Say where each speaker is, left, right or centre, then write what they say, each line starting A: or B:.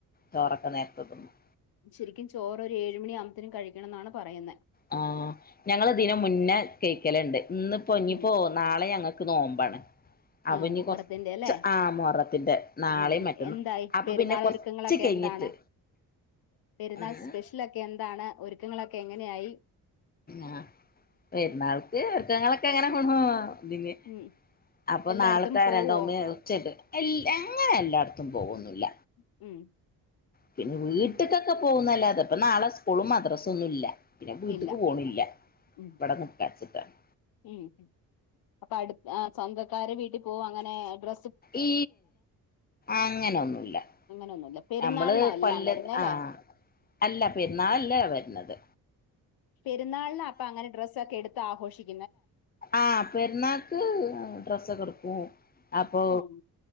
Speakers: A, on the left (about 25°); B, on the left (about 70°).
A: ചോറൊക്കെ നേരത്തെ തിന്നും
B: ശരിക്കും ചോറ് ഒരു ഏഴുമണിയ ആകുമ്പത്തേും കഴിക്കണം എന്നാണ് പറയുന്ന
A: ആ ഞങ്ങള് ദ മുന്നേ കേൾക്കലുണ്ട് ഇന്ന്പ്പോ ഇനിപ്പോ
B: ഉം.
A: നാളെ ഞങ്ങക്ക് ക്ക് നോമ്പാണ് അനി
B: ആ മുഹറത്തിന്റെ
A: കൊറച്ച്
B: അല്ലെ
A: ആ മൊറത്തിന്റെ നാളെയും
B: ആഹ്
A: മറ്റന്ന
B: എന്തായി
A: അപ്പൊ
B: പെരുന്നാൾ
A: പിന്നെ കൊറച്ച്
B: ഒരുക്കങ്ങളൊക്കെ
A: കഴിഞ്ഞിട്ട്
B: എന്താണ് പെരുന്നാൾ
A: ആഹ്
B: സ്പെഷ്യലൊക്കെ എന്താണ് ഒരുക്കങ്ങളൊക്കെ എങ്ങനെയായി
A: ആ പെരുന്നാൾക്ക്ക്കങ്ങളൊക്കെ എങ്ങനെ കൊണു ഇതിന്
B: ഉം
A: അപ്പൊ
B: എല്ലായിടത്തും
A: നാളത്തെ
B: പോവോ
A: രണ്ട ഉമ്മയും ഉറച്ചിട്ട് എല്ല അങ്ങനെ എല്ലായിടത്തും പോകന്നില്ല
B: ഉം ഉം
A: പിന്നെ വീട്ടക്കൊക്കെ പോകുന്നല്ലാ അതെ ഇപ്പ നാളെ സ്പൂളും മദ്രസ ഒന്നും ഇല്ല പിന്നെ വീട്ടക്ക്
B: ഇല്ല
A: പോണില്ല
B: ഉം
A: ഇവിടെ നിക്കാച്ചിട്ടാണ്
B: ഉം അപ്പൊ അടു സ്വന്തക്കാര് വീട്ടിൽ പോകും അങ്ങനെ ഡ്ര
A: ഈ അങ്ങനെൊന്നുമല്ല
B: അങ്ങനെയൊന്നുമില്ല പെരുന്നാളിനാ
A: നമ്മള്
B: എല്ലാം
A: കൊല്ല
B: വരുന്നേ അല്ലേ
A: ആഹ അല്ല പിരന്നാളല്ലേ വരുന്നത്
B: പെുന്നാനാ അപ്പൊ അങ്ങനെ ഡ്രസ്ക്കെ എടുത്ത് ആഘോഷിക്കും
A: ആഹ് പെർണാക്ക് ഡ്രസ്സ കൊടുക്കും അപ്പൊ
B: ഉം